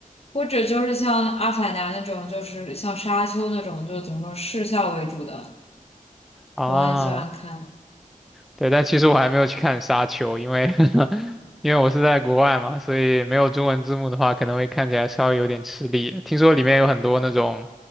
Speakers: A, on the left; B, in the centre.
A: 或者就是像《阿凡达》那种，就是像《沙丘》那种，就怎么说视效为主的，
B: 啊。
A: 我很喜欢看。
B: 对，但其实我还没有去看《沙丘》，因为 <laughs> 因为我是在国外嘛，所以没有中文字幕的话，可能会看起来稍微有点吃力。听说里面有很多那种